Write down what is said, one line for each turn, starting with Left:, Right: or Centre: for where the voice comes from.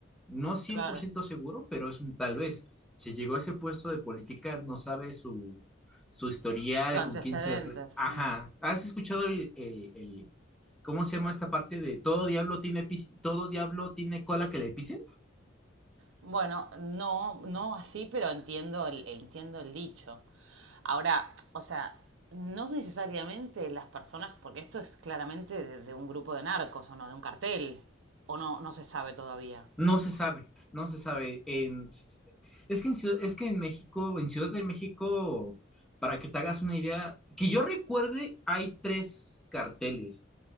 Centre: no cien
Right: claro,
Centre: por ciento seguro, pero es un tal vez. Si llegó a ese puesto de política, no sabe su, su historial,
Right: sus antecedentes,
Centre: con quién se... re- Ajá,
Right: sí.
Centre: ¿has escuchado el, el, el- ¿Cómo se llama esta parte de todo diablo tiene, pis- todo diablo tiene cola que le pise?
Right: Bueno, no, no así, pero entiendo el, entiendo el dicho. Ahora, o sea, no necesariamente las personas, porque esto es claramente de, de un grupo de narcos o no, de un cartel, o no, no se sabe todavía.
Centre: No se sabe, no se sabe. En, es que en, Ciudad- es que en México, en Ciudad de México, para que te hagas una idea, que yo recuerde, hay tres carteles.